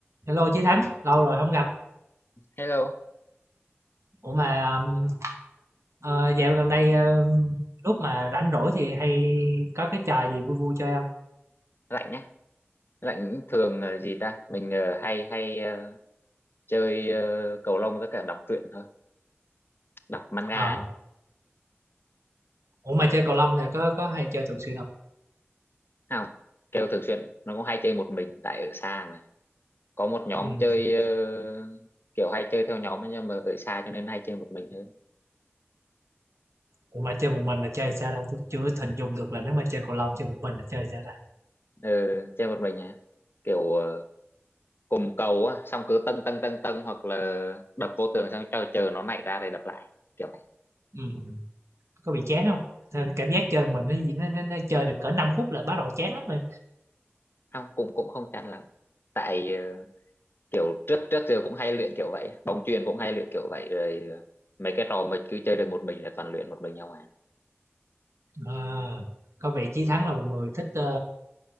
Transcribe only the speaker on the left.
Hello,
Lạnh nhé. Lạnh thường ờ, gì ta? Mình ờ, hay hay ờ, chơi ờ, cầu lông với cả đọc truyện thôi, đọc manga
á.
Thấy Không, kêu thường xuyên. Nó cũng hay chơi một mình tại ở xa mà. Có một nhóm
chơi ờ, kiểu hay chơi theo nhóm ấy, nhưng mà ở xa cho nên hay chơi một mình hơn.
Ờ, chơi một mình hả? Kiểu ờ, cùng cầu á, xong cứ tâng tâng tâng tâng hoặc là đập vô tường xong chờ chờ nó nảy ra rồi đập lại. Kiểu này.
Không, cũng cũng không chán lắm. Tại ờ, kiểu trước trước giờ cũng hay luyện kiểu vậy bóng chuyền cũng hay luyện kiểu vậy rồi ờ, mấy cái trò mà cứ chơi được một mình là toàn luyện một mình nhau à